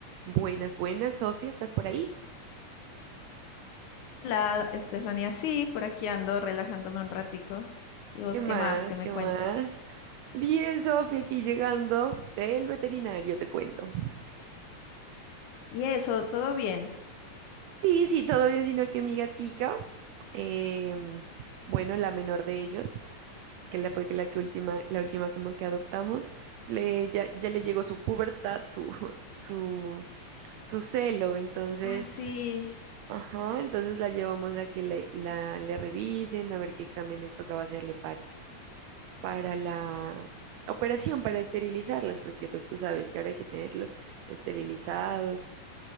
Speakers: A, on the right (about 80°); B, on the left (about 80°).
A: Buenas, buenas, Sofía, ¿estás por ahí?
B: Hola, Estefanía. Sí, por aquí ando relajándome un ratico. ¿Y vos
A: ¿Qué más?
B: qué más? ¿Qué me
A: ¿Qué
B: cuentas?
A: más? Bien, Sofía, aquí llegando del veterinario, te cuento.
B: Y eso, ¿todo bien?
A: Sí, sí, todo bien, sino que mi gatica, em, bueno, la menor de ellos, que la fue que la que última, la última como que adoptamos, le, ya, ya le llegó su pubertad, su, <laughs> su, su celo, entonces,
B: Ah, sí,
A: ajá, entonces la llevamos a que le, la, le revisen, a ver qué exámenes tocaba hacerle para la operación, para esterilizarlos, porque pues tú sabes que ahora hay que tenerlos esterilizados